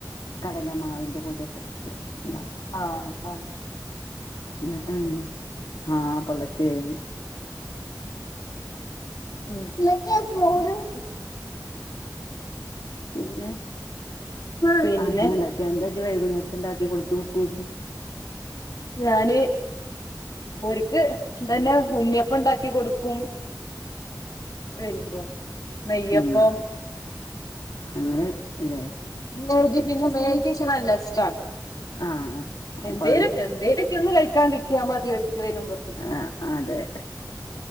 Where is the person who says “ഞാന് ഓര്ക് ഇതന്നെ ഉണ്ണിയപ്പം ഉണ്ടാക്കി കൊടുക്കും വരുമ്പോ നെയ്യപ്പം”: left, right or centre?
Left